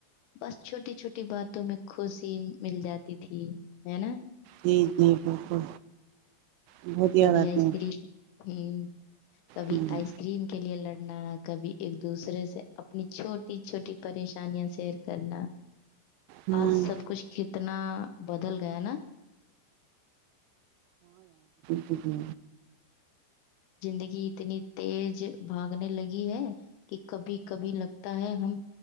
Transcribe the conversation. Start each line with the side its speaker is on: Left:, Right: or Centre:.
Left: بس چھوٹی چھوٹی باتوں میں خوشی مل جاتی تھی ہے نا
Right: جی جی بالکل بہت یاد
Left: کبھی
Right: آتے
Left: ایستری
Right: ہیں
Left: ہ کبھی
Right: ہوں
Left: آئس کریم کے لیے ل نہ کبھی ایک دوسرے سے اپنی چھوٹی چھوٹی پریشانیاں سیر کرنا
Right: ہوں
Left: آج سب کچھ ٹھیک اتنا بدل گیا نا
Right: جی
Left: زندگی اتنی تیز بھاگنے لگی ہے کہ کبھی کبھی لگتا ہے ہم